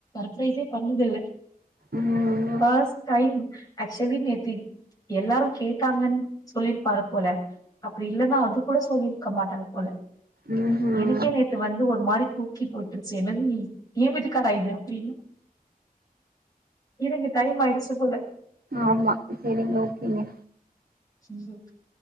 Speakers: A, on the left; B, on the right.
A: ப்ரைசே பண்ணதில்ல
B: ம்
A: பஸ்ட் டைம் ஆக்சுலி நேத்தி எல்லாரு கேட்டாங்கன் சொல்லிருப்பாரு போல அப்படி இல்லன்னா அது கூட சொல்லிருக்க மாட்டாரு போல
B: ம் ம்
A: எனக்கே நேத் து வந்து ஒரு மாறி தூக்கி போட்டுருச்சு என்னது ஏ வீட்டுக்காரா இது அப்டின்னு இருங்க டைம் ஆய்டுச்சு போல
B: ஆமா சரிங்க ஓகேங்க
A: <unintelligible>